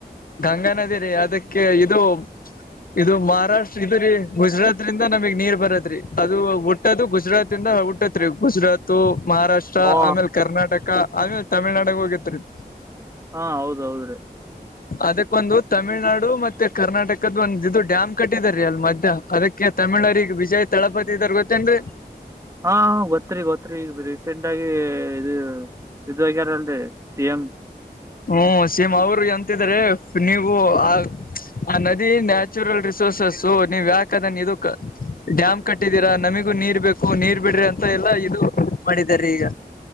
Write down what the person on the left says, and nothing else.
ಗಂಗಾ ನದಿ ರೀ ಅದಕ್ಕೆ ಇದು ಇದು ಮಹಾರಾಷ್ಟ್ರ ಇದು ರೀ ಗುಜರಾತ್ ದ ನಮಗ್ ನೀರ್ ಬರತ್ರಿ ಅದು ಹುಟ್ಟದು ಗುಜರಾತ್ಂದ ಹುಟ್ಟತ್ ರೀ ಗುಜರಾತ್ ಮಹಾರಾಷ್ಟ್ರ
ಆಮೇಲ್ ಕರ್ನಾಟಕ ಆಮೇಲೆ ತಮಿಳ್ನಾಡಗ ಹೋಗಿತ್ರಿ
ಅದಕ್ಕೊಂದು ತಮಿಳ್ನಾಡು ಮತ್ತೆ ಕರ್ನಾಟಕದ ಒಂದು ಇದು ಡ್ಯಾಮ್ ಕಟ್ಟಿದಾರೀ ಅಲ್ ಮಧ್ಯ ಅದಕ್ಕೆ ಈ ತಮಿಳರಿಗೆಗ ವಿಜಯ್ ತಳಪತಿ ಇದ ಗೊತ್ತೇನ್ದ್ರಿ
ಹ್ಮ್ ಸಿಮ್ ಅವರು ಎಂತಿದಾರೆ ನೀವು ಆ ಆ ನದಿ ನ್ಯಾಚುರಲ್ ರಿಸೋರ್ಸಸ್ ನೀವ್ ಯಾಕ ಅದನ್ನ ಇದು ಡ್ಯಾಮ್ ಕಟ್ಟಿದ್ದೀರಾ ನಮಿಗೂ ನೀರ್ ಬೇಕು ನೀರ್ ಬಿಡ್ರಿ ಅಂತ ಎಲ್ಲಾ ಇದು ಮಾಡಿದ್ದಾರೆ ಈಗ